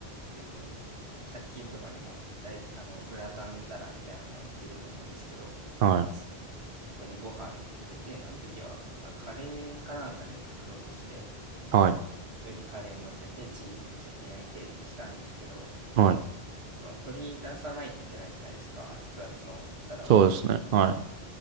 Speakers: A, on the right (about 85°); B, on the right (about 65°).
A: 普通に、100均とかにも大、あの、グラタン皿みたいなのが売ってると思うんですけど、
B: はい。
A: そこにご飯入れて、あの時はあカレーかなんかで作ろうとして、
B: はい。
A: 上にカレー乗せて、チーズ乗せて焼いてってしたんですけど、
B: はい。
A: その取り出さないといけないじゃないですか、熱々の皿を。
B: そうですね。はい。